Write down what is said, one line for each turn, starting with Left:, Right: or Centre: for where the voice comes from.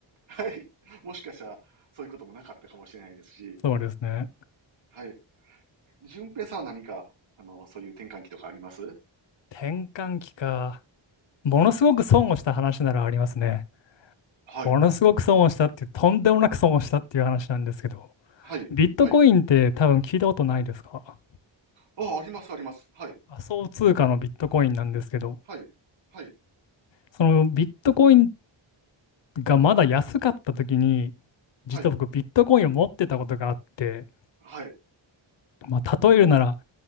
Right: はい。もしかしたら、そういうこともなかったかもしれないですし、
Left: そうですね。
Right: はい。順平さんは何か、あの、そういう転換期とかあります
Left: 転換期か。ものすごく損をした話ならありますね。
Right: うん。はい。
Left: ものすごく損をしたっていう、とんでもなく損をしたっていう話なんですけど、
Right: はい。
Left: ビットコインって多分聞いたことないですか
Right: はい。ああ、あります、あります。はい。
Left: 仮想通貨のビットコインなんですけど、
Right: はい。はい。
Left: そのビットコインがまだ安かった時に、
Right: はい。
Left: 実は僕ビットコインを持ってたことがあって、
Right: はい。
Left: まあ、例えるなら、